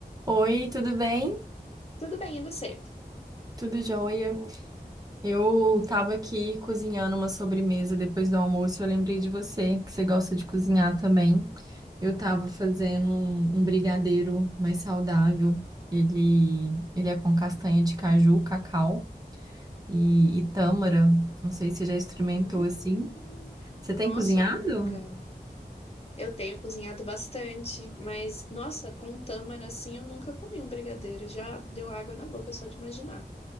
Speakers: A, on the right; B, on the left.
A: Oi, tudo bem?
B: Tudo bem, e você?
A: Tudo jóia? Eu tava aqui cozinhando uma sobremesa depois do almoço. e Eu lembrei de você, que você gosta de cozinhar também. Eu tava fazendo um, um brigadeiro mais saudável. Ele, ele é com castanha de caju, cacau e, e tâmara. Não sei se você já experimentou
B: Hum,
A: assim. Você
B: Nossa,
A: tem cozinhado?
B: nunca. Eu tenho cozinhado bastante, mas nossa, com tâmara assim eu nunca comi um brigadeiro. Já deu água na boca só de imaginar.